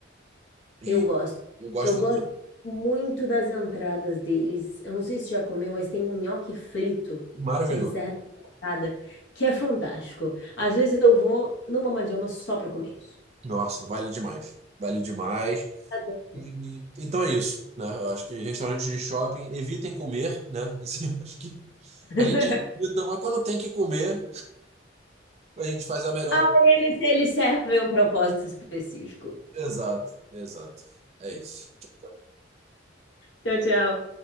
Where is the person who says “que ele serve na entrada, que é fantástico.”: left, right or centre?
Left